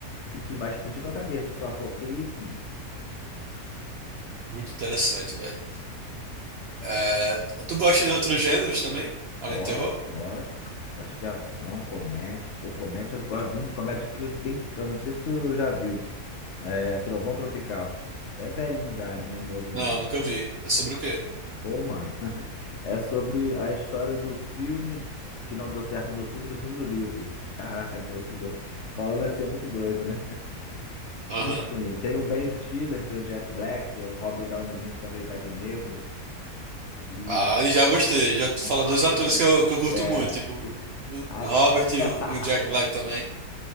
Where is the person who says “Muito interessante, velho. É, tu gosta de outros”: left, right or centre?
Right